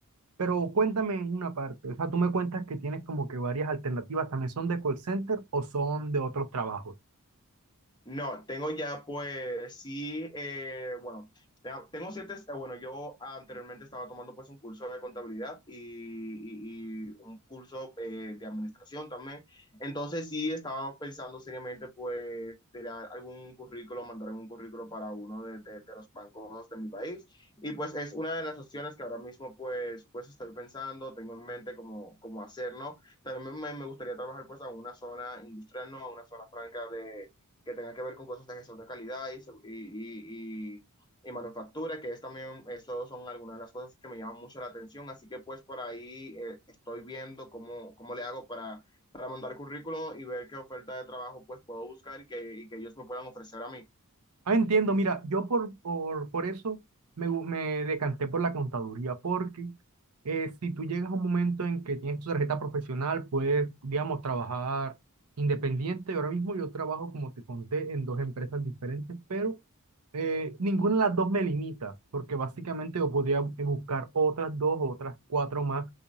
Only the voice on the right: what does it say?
Pero cuéntame en una parte, o sea, tú me cuentas que tienes como que varias alternativas, ¿también son de call center o son de otros trabajos?
Ah, entiendo, mira, yo por, por, por eso me, gu- me decanté por la contaduría, porque eh, si tú llegas a un momento en que tienes tu tarjeta profesional, puedes, digamos, trabajar independiente. Ahora mismo yo trabajo, como te conté, en dos empresas diferentes, pero eh, ninguna de las dos me limita, porque básicamente yo podría bu- buscar otras dos o otras cuatro más